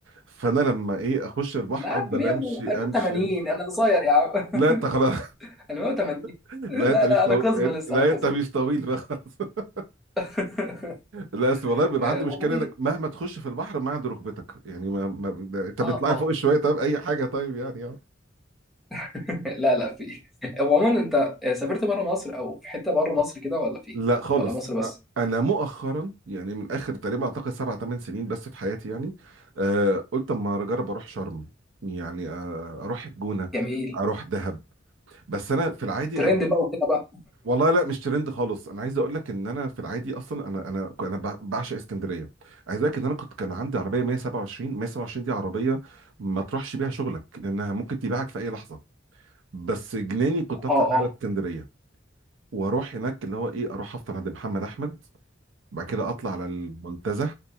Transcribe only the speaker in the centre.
لا يا عم
100
و- 180
انا قصير يا عم
<laughs> انا 180
لا
لا
انا قزم
لسه
انا قزم
<laughs>
آه
والله
اه
اه
<laughs> لا لا في <laughs> هو عموما انت سافرت بره مصر او في حته بره مصر كده ولا فين
ولا مصر بس
جميل
ترند
بقى وكده بقى
اه
اه